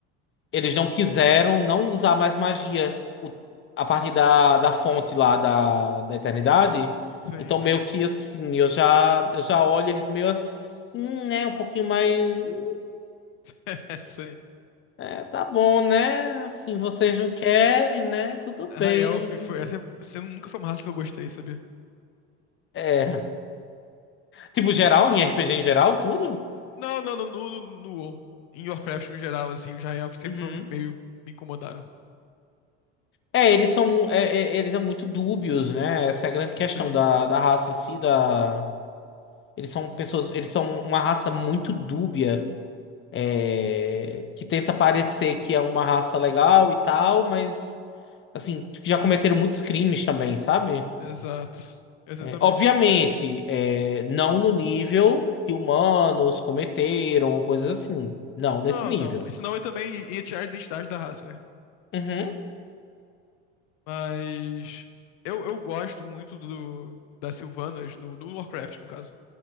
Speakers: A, on the left; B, on the left.
A: Eles não quiseram não usar mais magia o- a partir da, da fonte lá da, da eternidade.
B: sim,
A: Então,
B: sim.
A: meio que assim, eu já, eu já olho eles meio assim, né? Um pouquinho mais. "Hum,
B: <laughs> Sim.
A: é, tá bom, né? Assim, vocês não querem, né? Tudo
B: High
A: bem.
B: Elf foi. Essa, essa nunca foi uma raça que eu gostei, sabia?
A: É. Tipo, geral, em RPG em geral, tudo?
B: Não, não, não, no, no, no WoW. Em Warcraft no geral, assim, os High Elf sempre
A: Uhum.
B: foram meio. me incomodaram.
A: É, eles são, mu- é, é, eles são muito dúbios, né? Essa é a grande questão
B: Sim,
A: da, da raça em si, da... Eles são pessoas, eles são uma raça muito dúbia. é, que tenta parecer que é uma raça legal e tal, mas assim, já cometeram muitos crimes também, sabe?
B: exato. Exatamente.
A: É, obviamente, é, não no nível que humanos cometeram, ou coisas assim. Não, nesse
B: Não,
A: nível.
B: não, porque senão eu também ia tirar a identidade da raça, né?
A: Uhum,
B: Mas. Eu, eu gosto muito do, das Sylvanas no, no Warcraft, no caso.